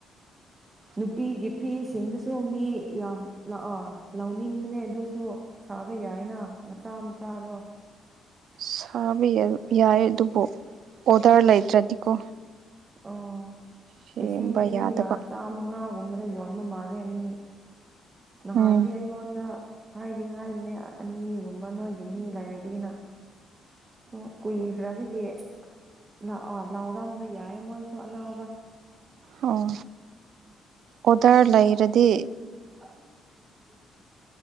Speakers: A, on the right; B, on the right.
A: ꯎ
B: ꯅꯨꯄꯤꯒꯤ ꯐꯤꯁꯤꯡꯗꯨꯁꯨ ꯃꯤ ꯌꯥꯝ ꯂꯥꯛꯑꯣ ꯂꯧꯅꯤꯡꯕꯅꯦ ꯑꯗꯨꯁꯨ ꯁꯥꯕ ꯌꯥꯏꯅ ꯃꯆꯥ ꯃꯆꯥꯗꯣ
A: ꯁꯥ ꯌꯥꯏ ꯑꯗꯨꯕꯨ ꯑꯣꯗꯔ ꯂꯩꯇ꯭ꯔꯗꯤꯀꯣ
B: ꯑꯣ
A: ꯁꯦꯝꯕ
B: ꯂꯤꯁꯤꯡ ꯑꯅꯤꯒ
A: ꯌꯥꯗꯕ
B: ꯆꯥꯃꯉꯥꯒꯨꯝꯕꯗ ꯌꯣꯟꯕ ꯃꯥꯜꯂꯦ ꯃꯤ ꯅꯍꯥꯟꯗꯤ
A: ꯎꯝ
B: ꯑꯩꯉꯣꯟꯗ ꯍꯥꯏꯗꯤ ꯍꯥꯏꯕꯅꯦ ꯑꯅꯤꯒꯨꯝꯕ ꯅꯣꯏꯒꯤ ꯃꯤ ꯂꯩꯔꯗꯤꯅ ꯑꯣ ꯀꯨꯏꯈ꯭ꯔꯕꯒꯤ ꯂ ꯂꯥꯎꯔꯝꯕ ꯌꯥꯏ ꯃꯣꯏꯁꯨ ꯑꯅꯥꯎꯕ
A: ꯑꯣ ꯑꯣꯗꯔ ꯂꯩꯔꯗꯤ
B: <unintelligible>